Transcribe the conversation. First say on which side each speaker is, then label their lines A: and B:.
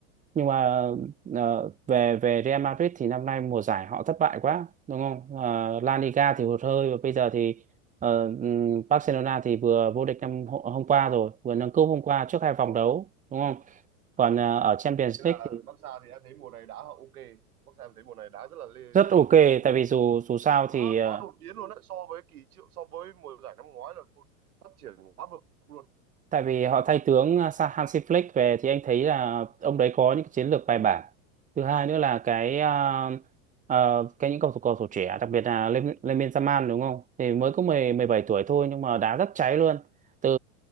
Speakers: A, on the right; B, on the right.
A: nhưng mà ờ, về về Real Madrid thì năm nay mùa giải họ thất bại quá đúng không Ờ, La Liga thì hụt hơi và bây giờ thì ờ, ừm, Barcelona thì vừa vô địch năm hô- hôm qua rồi vừa nâng cúp hôm qua trước hai vòng
B: Rồi.
A: đấu đúng không còn ờ, ở Champions
B: thế là
A: League
B: Barca thì em thấy mùa này đá họ ok Barca em thấy mùa này đá rất là lê,
A: rất ok
B: có
A: tại vì dù dù sao
B: quá
A: thì ờ,
B: quá đột biến luôn đấy so với kỳ triệu so với mùa giải năm ngoái là vụt- phát triển quá vực luôn
A: tại vì họ thay tướng à, Sa- Hansi Flick về thì anh thấy là ông đấy có những cái chiến lược bài bản thứ hai nữa là cái à, à, cái những cầu thủ cầu thủ trẻ đặc biệt là Lem- Lemmin Yamal đúng không thì mới có mười mười bảy tuổi thôi nhưng mà đá rất cháy luôn từ